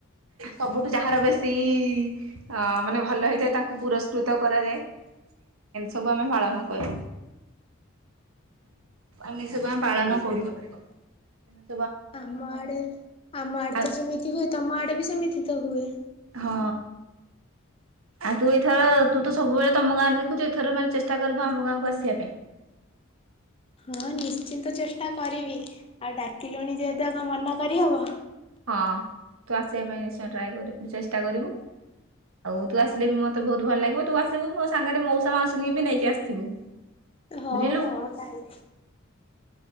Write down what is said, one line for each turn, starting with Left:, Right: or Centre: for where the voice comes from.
Right: ସବୁଠୁ ଯାହାର ବେଶୀ ତି ଇ-ଇ ଅ ମାନେ ଭଲ ହେଇଥାଏ। ତାଙ୍କୁ ପୁରସ୍କୃତ କରାଯାଏ। ଏମିତି ସବୁ ଆମେ ପାଳନ କରୁ। ଆମେ ସବୁ ଆମ ପାଳନ କରୁ। ଏମିତି
Left: ଆମ ଆଡେ ଆମ ଆଡେ
Right: ଆଉ
Left: ତ ଯେମିତି ହୁଏ ତମ ଆଡେ ବି ସେମିତି ତ ହୁଏ।
Right: ହଁ ଆଉ ତୁ ଏଥର ତୁ ତ ସବୁବେଳେ ତମ ଗାଁ ରେ ଦେଖୁଛୁ। ଏଥର ମାନେ ଚେଷ୍ଟା କରିବୁ ଆମ ଗାଁକୁ ଆସିବା ପାଇଁ।
Left: ହଁ ନିଶ୍ଚିନ୍ତ ଚେଷ୍ଟା କରିବି ଆଉ ଡାକିଲୁଣି ଯେହେତୁ ଆଉ କଣ ମନା କରିହବ।
Right: ହଁ ତୁ ଆସିବା ପାଇଁ ନିଶ୍ଚୟ ଟ୍ରାଏ କରିବୁ ଚେଷ୍ଟା କରିବୁ। ଆଉ ତୁ ଆସିଲେ ବି ମୋତେ ବହୁତ ଭଲ ଲାଗିବ। ତୁ ଆସିବୁ ମୋ ସାଙ୍ଗରେ ମଉସା ମାଉସୀ ବି ନେଇକି ଆସିଥିବୁ।
Left: ହଉ
Right: ବୁଝିଲୁ
Left: ହଉ ତାହଲେ।